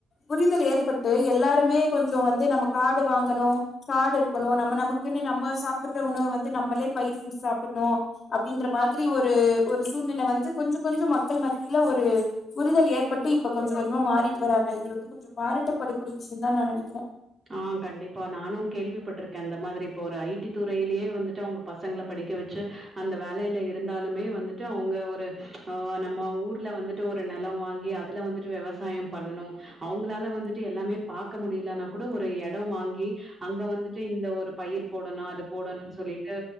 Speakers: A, on the left; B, on the right.
A: புரிதல் ஏற்பட்டு எல்லாருமே கொஞ்ச வந்து நம்ம காடு வாங்கணு காடு இருக் நம்ம நமக்குன்னு நம்ம சாப்பிடுற உணவ வந்து நம்மளே பைசி சாப்பிடணு அப்டின்ற மாதிரி ஒரு ஒரு சூழ்நிலை வந்து கொஞ்ச கொஞ்ச மக்கள் மத்தியில ஒரு புரிதல் ஏற்பட்டு இப்ப கொஞ்ச கொஞ்சமா மாறிட்டு வராங்க இது வந்து கொஞ்சோ பாராட்டப்படக்கூடிய விஷயம் தா நா நெனைக்கிறே
B: ஆஹ் கண்டிப்பா நானு கேள்விப்பட்டிருக்கே அந்த மாதிரி இப்ப ஒரு ஐ டி துறையிலேயே வந்துட்டு அவங்க பசங்கள படிக்க வச்சு அந்த வேலையில இருந்தாலுமே வந்து ட்டு அவங்க ஒரு ஆ நம்ம ஊர் ல்ல வந்துட்டு ஒரு நெலோ வாங்கி அதுல வந்துட்டு வெவசாயோ பண்ணனு அவங்களால வந்துட்டு எல்லாமே பாக் க்க முடிலனா கூட ஒரு எடோ வாங்கி அங்க வந்துட்டு இந்த ஒரு பயிர் போடணு அது போடணுன் சொல்லிட்டு